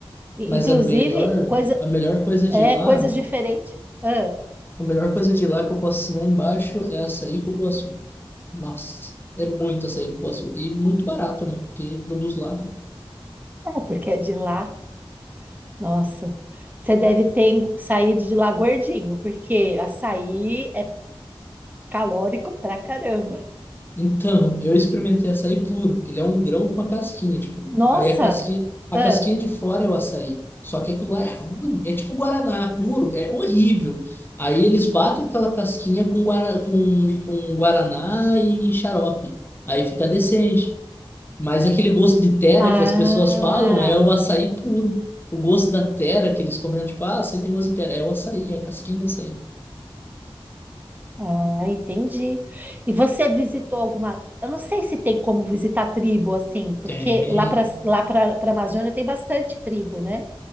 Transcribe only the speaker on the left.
Mas
a melhor,
a melhor coisa de
lá,
a melhor coisa de lá que eu posso assinar embaixo é açaí com cupuaçu. Nossa, é muito açaí com cupuaçu. E muito barato, né? Porque produz lá, né?
Então, eu experimentei açaí puro. Ele é um grão com uma casquinha, tipo.
Aí a casquinha, a
casquinha de fora é o açaí. Só que aquilo lá é ruim. É tipo guaraná puro, é horrível. Aí eles batem aquela casquinha com, guara, com, com guaraná e xarope. Aí fica decente. Mas aquele gosto de tera
que as pessoas falam é o açaí puro. O gosto da tera que eles comentam, tipo, ah, você tem gosto de tera. É o açaí, é a casquinha do açaí.
Tem.